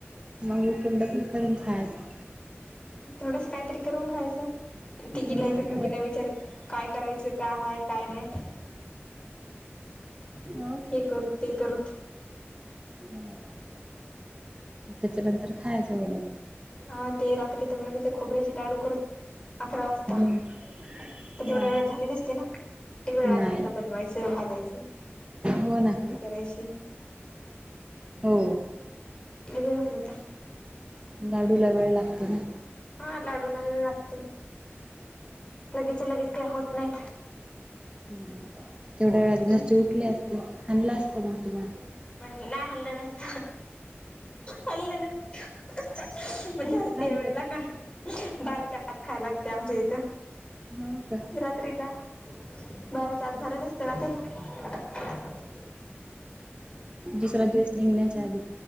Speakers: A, on the right (about 25°); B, on the left (about 25°).
A: मंग इकडला केक करून खायचा.
B: थोडस काय तरी करून खायचा. ते तिघीला
A: अरे
B: ऐकंमेकीला विचारत काय करायचं काय हाय काय नाय.
A: वा
B: ते करूत ते करूत
A: हो मं त्याच्यानंतर खायांच व्हय.
B: हा ते रात्री तर म्हणत होते खोबऱ्याची डाडू करत अकरा वाज
A: म्हणे
B: ता ते
A: हा
B: तेवढ्या वेळेत झाले नसते ना लय वेळ लागला
A: नाही
B: असता बनवायचं भाजायचं.
A: हो ना.
B: करायसी.
A: हो.
B: काय बरोबर होता.
A: लाडू ला वेळ लागतो ना
B: हा लाडू ला वेळ लागतय लगेच्या लगेच काय होत नाहीत.
A: नाही तेवढ्या वेळात
B: म्हणून
A: घरचे उठले असते हाणल असत मग तुम्हाला
B: पण ला हाणलं नसत हाणलं नसत पण भलत्या
A: मस्त हाणलं
B: वेळेला का? बाराच्या आत खायला लागतय आमच्या इथं
A: हो का
B: रात्री ला बाराच्या आता झालं नस त्याना त
A: तुसरा दिवस निगण्याच्या आधी